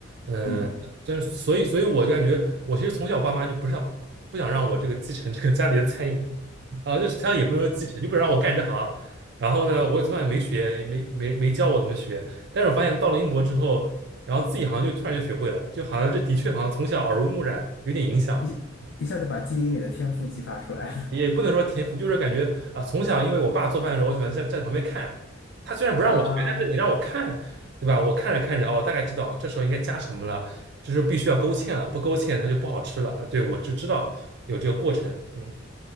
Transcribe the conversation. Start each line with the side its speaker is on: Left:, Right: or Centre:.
Right: 嗯、
Left: 嗯，
Right: 但是所以所以我就感觉我其实从小爸妈就不是想不不想让我这个继承这个家里的餐饮，啊，就是他也不是说继承，就不让我干这行。然后呢，我也从来也没学，也没没没教我怎么学。但是我发现到了英国之后，然后自己好像就突然就学会了，就好像这的确好像从小耳濡目染，有点影响。
Left: 一一下子把基因里的天赋激发出来了
Right: 嗯也不能说天赋，就是感觉啊，从小因为我爸做饭的时候，我喜欢在站在旁边看。他虽然不让我学，
Left: <laughs> 啊
Right: 但是你让我看，对吧？我看着看着，哦，我大概知道这时候应该加什么了，这时候必须要勾芡了，不勾芡它就不好吃了。呃对，我就知道有这个过程。嗯，